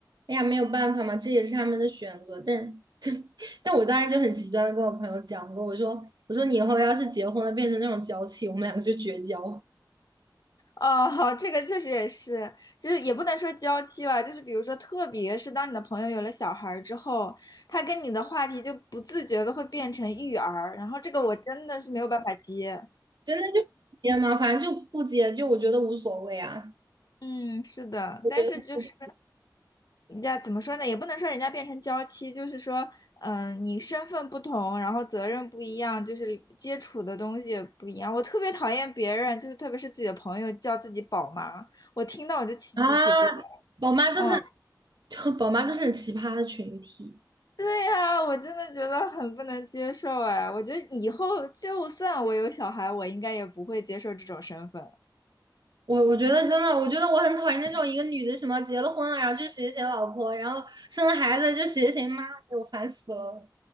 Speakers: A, on the right; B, on the left.
A: 哎呀，没有办法嘛，这也是他们的选择。但是，<laughs> 但我当时就很极端的跟我朋友讲过，我说，我说你以后要是结婚了，变成那种娇气，我们两个就绝交。
B: 哦，<laughs> 这个确实也是，就是也不能说娇妻吧，就是比如说，特别是当你的朋友有了小孩儿之后，他跟你的话题就不自觉的会变成育儿，然后这个我真的是没有办法接。
A: 真的就不接吗？反正就不接，就我觉得无所谓啊。
B: 嗯，是的，
A: 我觉得不
B: 但是就是人家怎么说呢？也不能说人家变成娇妻，就是说，嗯、你身份不同，然后责任不一样，就是接触的东西也不一样。我特别讨厌别人，就是特别是自己的朋友叫自己宝妈，我听到我就起鸡皮疙瘩。
A: 啊，宝妈就是
B: 嗯，
A: <laughs> 就宝妈就是很奇葩的群体。
B: 对呀、我真的觉得很不能接受哎。我觉得以后就算我有小孩，我应该也不会接受这种身份。
A: 我我觉得真的，我觉得我很讨厌那种一个女的什么结了婚了，然后就谁谁老婆，然后生了孩子就谁谁妈，给我烦死了。